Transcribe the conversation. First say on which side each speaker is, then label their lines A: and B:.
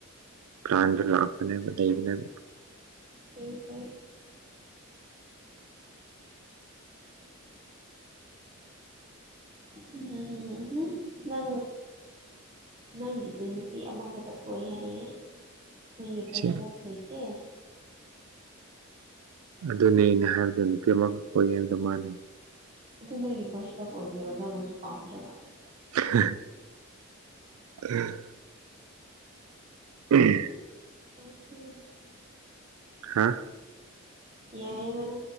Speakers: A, on the right; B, on the right.
A: ꯄ꯭ꯂꯥꯟꯗꯣ ꯂꯥꯛꯄꯅꯦꯕ ꯂꯩꯕꯅꯦꯕ
B: ꯁꯤ ꯐꯥꯏ ꯎꯝꯝ ꯅ ꯅꯪꯒꯤꯗꯤ ꯅꯨꯄꯤ ꯑꯃꯈꯛꯇ ꯀꯣꯏ ꯍꯥꯏꯌꯦꯦ ꯅꯪꯒꯤ ꯐꯥꯔꯁ
A: ꯁꯦ
B: ꯂꯛ ꯂꯩꯇꯦ
A: ꯑꯗꯨꯅꯦ ꯑꯩꯅ ꯍꯥꯏꯕꯗꯣ ꯅꯨꯄꯤ ꯑꯃꯒꯛ ꯀꯣꯏꯏ ꯍꯥꯏꯕꯗꯣ ꯃꯥꯅꯤ
B: ꯑꯗꯨ ꯅꯪꯒꯤ ꯐꯥꯔꯁ ꯂꯞ ꯑꯣꯏꯒꯦꯔꯣ ꯅꯪꯅꯁꯨ ꯄꯥꯝꯗ꯭ꯔꯒ
A: ꯎ ꯎꯝ
B: ꯀꯅ
A: ꯍꯥꯥ
B: ꯌꯥꯏꯕꯅ